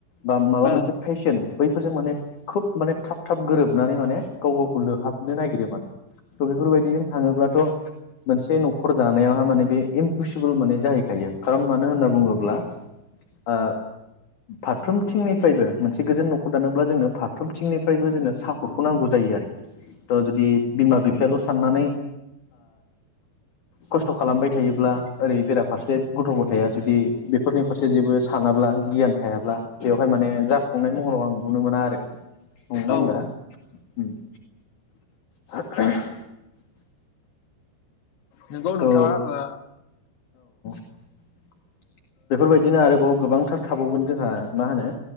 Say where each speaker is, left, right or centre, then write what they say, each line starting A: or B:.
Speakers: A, on the left; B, on the left.
A: बा माबा
B: औ
A: मोनसे फेशन बैफोरजों माने खोब माने थाब थाब गोरोबनानै माने गाव गावखौ लोहाबनो नागिरो माने। स बेफोरबायदिजों थाङोब्लाथ मोनसे नखर दानायावहाय माने बे इमपसिबोल माने जाहै खायो, खारन मानो होनना बुङोब्ला ओ फारफ्रोमथिंनिफ्रायबो मोनसे गोजोन नखर दानोब्ला जोङो फारफ्रोमथिंनिफ्रायबो जोङो सापर्टखौ नांगौ जायो आरोखि। तह जुदि बिमा बिफायाल आ साननानै खस्थ खालामबाय थायोब्ला ओरै बेराफारसे गथ गथाया जुदि बेफोरनि फारसे जेबो सानाब्ला गियान थायाब्ला बेवहाय माने जाफुंनाय महराव आं नुनो मोना आरोखि नंना होमबा
B: ओ औ औ
A: ओम <inaudible>
B: नोंगौ
A: थ'
B: नोंथाङा ओ
A: <inaudible> बेफोरबायदिनो आरोबाव गोबां थार थाबावगोन जोंहा मा होनो